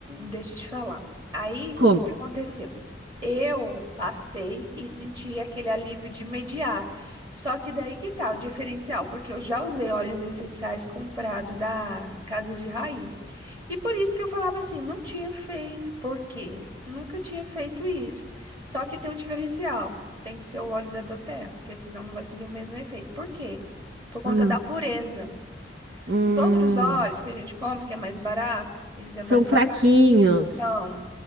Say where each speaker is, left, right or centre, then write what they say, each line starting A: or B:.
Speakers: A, on the right; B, on the right.
A: Deixa eu te falar. Aí,
B: conta.
A: o que que aconteceu? Eu passei e senti aquele alívio de imediato. Só que daí que tá o diferencial, porque eu já usei óleos essenciais comprado da casas de Raiz. E por isso que eu falava assim, não tinha feito. Por quê? Nunca tinha feito isso. Só que tem um diferencial. Tem que ser o óleo da Doterra, porque senão não vai fazer o mesmo efeito. Por quê? Por conta
B: Ah,
A: da pureza.
B: hum.
A: Os outros óleos que a gente compra, que é mais barato, eles
B: São
A: é mais
B: fraquinhos.
A: baratão.